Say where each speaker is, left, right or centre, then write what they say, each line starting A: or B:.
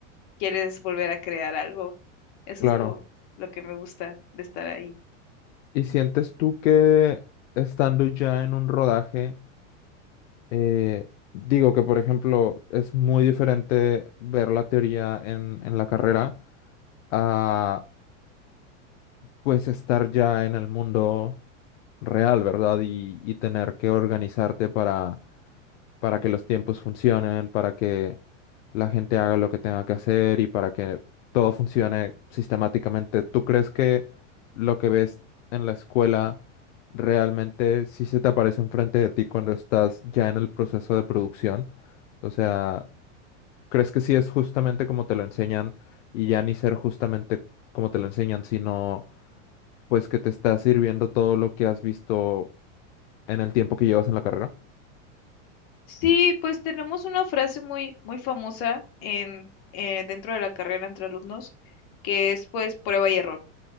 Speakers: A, on the left; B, on the left.
A: quieres volver a crear algo. Eso
B: claro.
A: es lo, lo que me gusta de estar ahí.
B: ¿Y sientes tú que estando ya en un rodaje, eh, digo que por ejemplo es muy diferente ver la teoría en, en la carrera? a pues estar ya en el mundo real, ¿verdad? Y, y tener que organizarte para, para que los tiempos funcionen, para que la gente haga lo que tenga que hacer y para que todo funcione sistemáticamente. ¿Tú crees que lo que ves en la escuela realmente sí se te aparece enfrente de ti cuando estás ya en el proceso de producción? O sea, ¿crees que sí es justamente como te lo enseñan y ya ni ser justamente como te lo enseñan, sino pues que te está sirviendo todo lo que has visto en el tiempo que llevas en la carrera.
A: Sí, pues tenemos una frase muy, muy famosa en, eh, dentro de la carrera entre alumnos, que es pues prueba y error.